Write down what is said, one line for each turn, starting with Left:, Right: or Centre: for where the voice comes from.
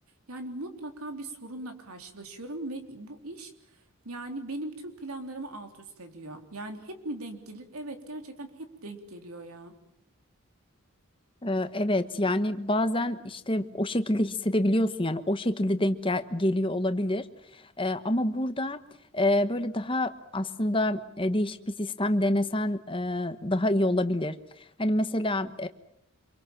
Right: Yani mutlaka bir sorunla karşılaşıyorum ve bu iş yani benim tüm planlarımı alt üst ediyor. Yani hep mi denk gelir? Evet, gerçekten hep denk geliyor ya.
Left: Ee, evet yani bazen işte o şekilde hissedebiliyorsun yani o şekilde denk gel- geliyor olabilir. Ee, ama burada e, böyle daha aslında e, değişik bir sistem denesen e, daha iyi olabilir. Hani mesela